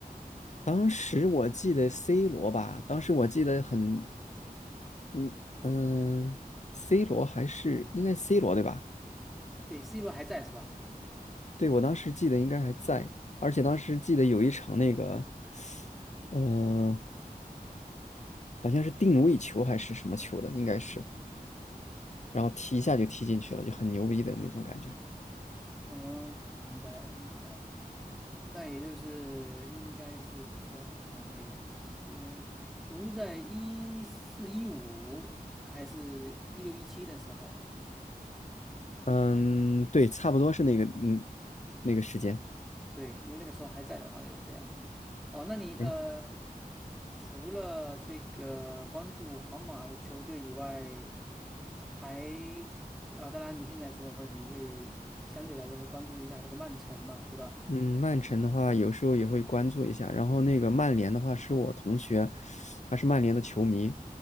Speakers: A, on the left (about 50°); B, in the centre.
A: 当时我记得 C 罗吧，当时我记得很。嗯嗯，C 罗还是应该 C 罗对吧？
B: 对，C 罗还在是吧？
A: 对，我当时记得应该还在，而且当时记得有一场那个，嗯、好像是定位球还是什么球的，应该是，然后踢一下就踢进去了，就很牛逼的那种感觉。
B: 嗯，明白了，明白了。那也就是应该是在我看两千，我在一四一五还是一六一七的时候，
A: 嗯，对，差不多是那个，嗯，那个时间。
B: 对，因为那个时候还在的话就是这样。哦，那你呃，
A: 诶
B: 除了这个关注皇马的球队以外，还啊，当然你现在说了你会相对来说会关注一下这个曼城嘛，对吧？
A: 嗯，曼城的话，有时候也会关注一下。然后那个曼联的话，是我同学，他是曼联的球迷。